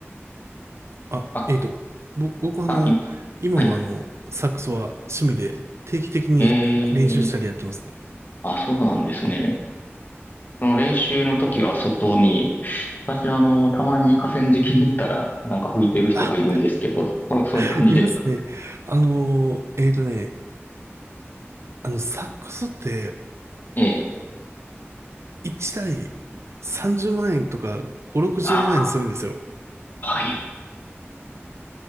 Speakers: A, on the right (about 75°); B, on the left (about 45°).
A: あ、
B: あ、
A: えっと、ぼ僕はあの、
B: あ、い、
A: 今もあの、
B: はい。
A: サックスは趣味で定期的に練習したりやってますね。
B: えー、あ、そうなんですね。その練習の時は外に、私あの、たまに河川敷に行ったら、なんか吹いてる人がいるんですけど、
A: あ、
B: そう、そういう感じですか。
A: <laughs> いますね。あのー、えっとね、あの、サックスって
B: ええ。
A: 1台30万円とか5、60万円するんですよ。
B: ああ、はい。